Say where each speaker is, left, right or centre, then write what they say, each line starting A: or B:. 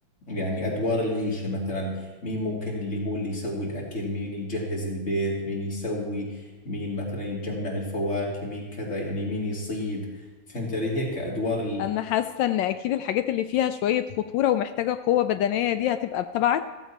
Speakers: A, on the left; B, on the left.
A: يعني أدوار العيشة مثلا مين ممكن اللي هو اللي يسوي الأكل مين يجهز البيت مين يسوي مين مثلا يجمع الفواكه مين كذا يعني مين يصيد فهمت علي هيك أدوار
B: انا حاسه ان اكيد الحاجات اللي فيها شويه خطوره ومحتاجه قوه بدنيه دي هتبقى بتبعك